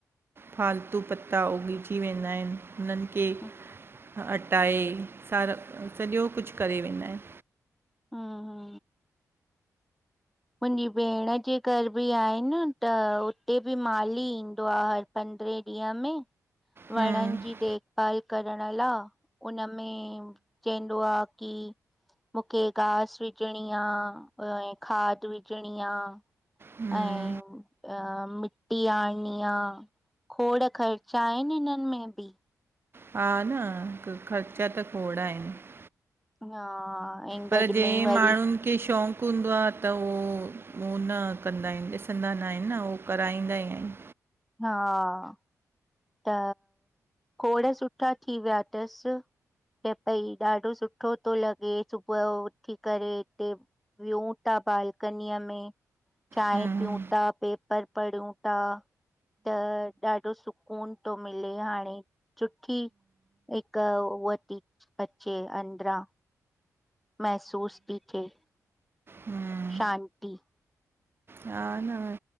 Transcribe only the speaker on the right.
फालतू पत्ता उॻिजी वेंदा इनि हुननि खे
हटाए सारा सॼो, कुछु करे वेंदा इनि।
हम्म
हम्म
हा न ख़र्चा, त खोड़, आहिन <unintelligible>
पर
जंहि,
माण्हुन। कहखे शौक़ हूंदो, आह, त उहो उह न कंदा आहिन, ॾिसंदा न आहिन, न उहो कराईंदा ई। आहिन
हम्म
हम्म
हा न आहे।